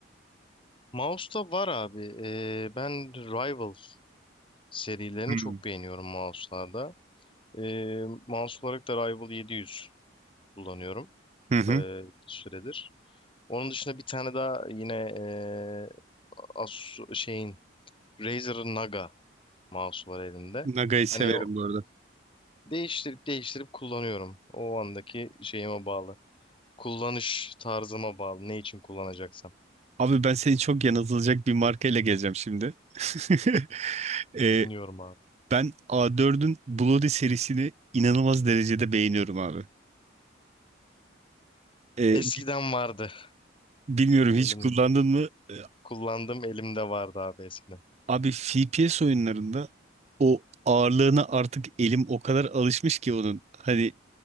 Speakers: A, on the left; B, on the right.
A: Mouse'da var abi. Ee, ben Rival serilerini
B: Hmm.
A: çok beğeniyorum mouse'larda. Ee, mouse olarak da Rival yedi yüz kullanıyorum
B: Hı hı.
A: ee, bir süredir. Onun dışında bir tane daha yine ee, Asus şeyin Razer'ın Naga mouse'u var elimde.
B: Naga'yı severim
A: Hani o
B: bu arada.
A: değiştirip değiştirip kullanıyorum. O andaki şeyime bağlı. Kullanış tarzıma bağlı. Ne için kullanacaksam.
B: Abi ben seni çok yanıltılacak bir markayla geleceğim şimdi. <laughs> Ee,
A: Dinliyorum abi.
B: ben A4'ün Bloody serisini inanılmaz derecede beğeniyorum abi. Ee,
A: Eskiden
B: bi-
A: vardı.
B: bilmiyorum hiç
A: Elim
B: kullandın mı? Ee,
A: kullandığım elimde vardı abi eskiden.
B: abi FPS oyunlarında o ağırlığına artık elim o kadar alışmış ki onun. Hani